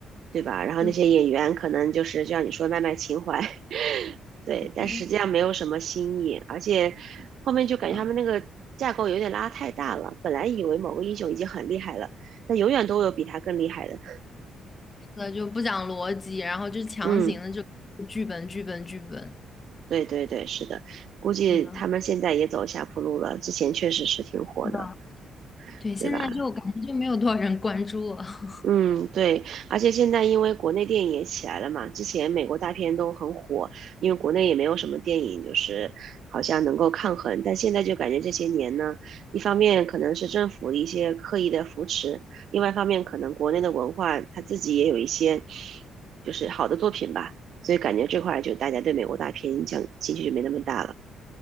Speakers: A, on the right; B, on the left.
A: 对吧？然后那些演员可能就是就像你说卖卖情怀，
B: 就
A: <laughs> 对，但实际上没有什么新意，
B: 对
A: 而且后面就感觉他们那个架构有点拉太大了，
B: 的，
A: 本来以为某个英雄已经很厉害了，但永远都有比他更厉害的。
B: 是的就不讲逻辑，然后就强行的就剧本剧本剧本，
A: 嗯，对对对，是的，估计他们现在也走下坡路了，
B: 是的，
A: 之前确实是挺火的，
B: 是的，对，现在就感觉就没有多少人关注了。
A: 对吧？
B: <laughs>
A: 嗯，对，而且现在因为国内电影也起来了嘛，之前美国大片都很火，因为国内也没有什么电影就是好像能够抗衡，但现在就感觉这些年呢，一方面可能是政府的一些刻意的扶持，另外一方面可能国内的文化它自己也有一些就是好的作品吧，所以感觉这块儿就大家对美国大片影响兴趣就没那么大了。